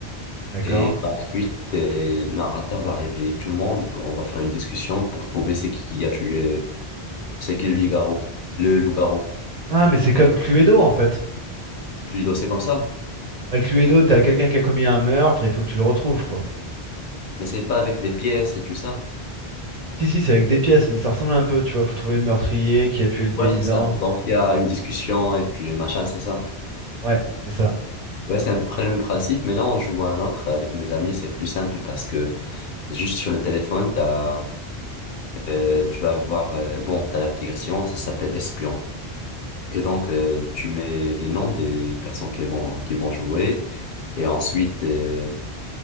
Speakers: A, on the right; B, on the left.
A: D'accord.
B: Et par la suite, euh, le narrateur va réveiller tout le monde. Il va- On va faire une discussion pour trouver c'est qui qui a tué, c'est qui le loup-garou, le loup-garou.
A: Ah, mais c'est
B: Et
A: comme Cluedo, en fait.
B: Cluedo, c'est comme ça.
A: Ah, le Cluedo, t'as quelqu'un qui a commis un meurtre, il faut que tu le retrouves, quoi.
B: Mais c'est pas avec des pièces et tout ça.
A: Si, si, c'est avec des pièces, mais ça ressemble un peu, tu vois, faut trouver le meurtrier, qui a tué le paysan.
B: Ouais, c'est ça. Donc, il y a une discussion et tu, machin, c'est ça.
A: Ouais, c'est ça.
B: Ouais, c'est à peu près le même principe, mais là, on joue à un autre avec mes amis, c'est plus simple parce que juste sur le téléphone, t'as, euh, tu vas voir, euh, bon, t'as l'application, ça s'appelle Espion. Et donc, euh, tu mets les noms des personnes qui vont, qui vont jouer. Et ensuite, euh,